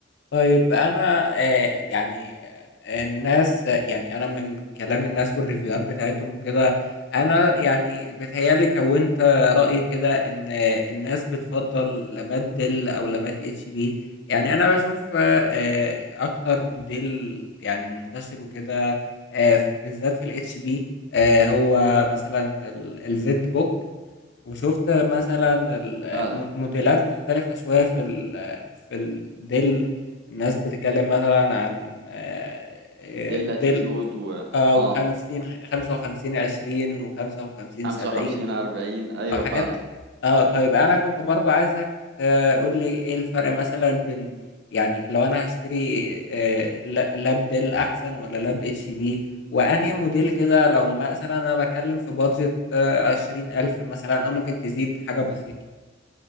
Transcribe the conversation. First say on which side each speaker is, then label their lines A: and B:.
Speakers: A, on the left; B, on the right.
A: طيب انا آه يعني آه، الناس يعني انا من كلام الناس والريفيوهات بتاعتهم وكده انا يعني بتهيالي كونت رأي كده ان آه، الناس بتفضل لابات ديل او لابات اتش بي يعني انا بشوف آه آه، اكتر موديل يعني منتشر وكده آه بالذات في الاتش بي آه هو مثلا الزد بوك وشُفت مثلًا ال
B: فعلا
A: م موديلات مختلفة شوية في ال في الدِل، الناس بتتكلّم مثلًا عن آآ
B: دي
A: دِل
B: الاتيتيود و
A: آه،
B: اه
A: و50 خ 55، 20 و55،
B: 55
A: 70.
B: 40 ايوه
A: اه حاجات
B: فعلا
A: ك- اه طيب انا كنت برضو عايزك تقول لي ايه الفرق مثلا بين يعني لو انا هشتري آه، لا- لاب ديل احسن ولا لاب اتش بي وانهي موديل كده لو مثلا انا بتكلم في بادجت عشرين الف مثلا او ممكن تزيد حاجة بسيطة